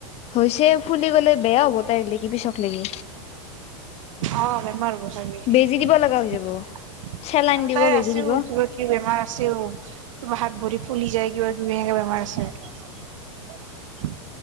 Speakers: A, on the left; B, on the right.
A: হৈছে ফুলি গলে বেয়া হ'ব তাই লেকি পিছক লেকি।
B: অ বেমাৰ বতাবি
A: বেজি দিব
B: আৰু
A: লগা হৈ যাব চেলাইন দিব
B: তাই আছেবিব
A: বেজি দিব
B: কি বেমাৰ। ও কিব হাত ভৰি ফুলি যায় কিবা কিবি এনো বেমাৰ আছে।